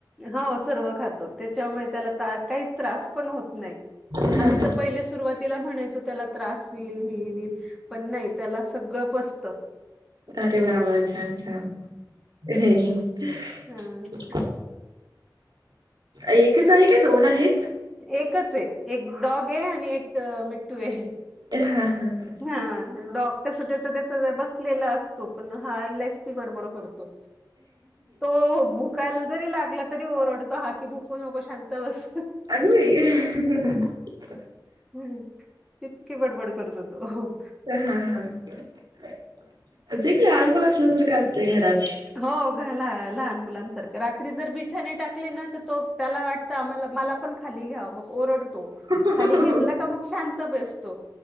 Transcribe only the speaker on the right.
हां,
हां.
अरे... वा.. -वा... छान.. छान.. <unintelligible>
<inaudible> एकच आहे. कि दोन आहेत?
हा... - हा.
चांगला आहे.
हा -हा - हा एक लहान मुल असलं जर का असतय घरात.
हां,